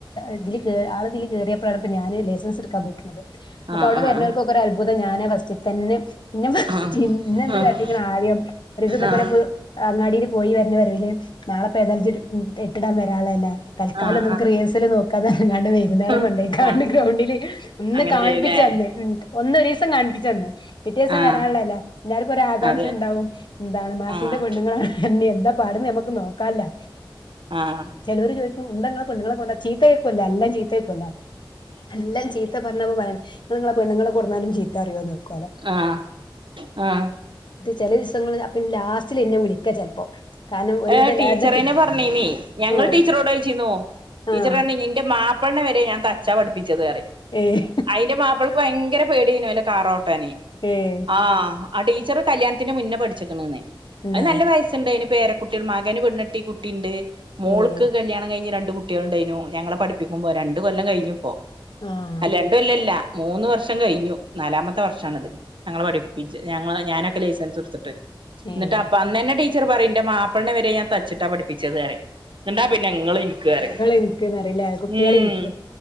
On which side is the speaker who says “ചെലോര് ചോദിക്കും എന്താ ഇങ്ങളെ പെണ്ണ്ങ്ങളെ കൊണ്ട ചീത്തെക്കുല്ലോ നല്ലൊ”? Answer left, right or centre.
Left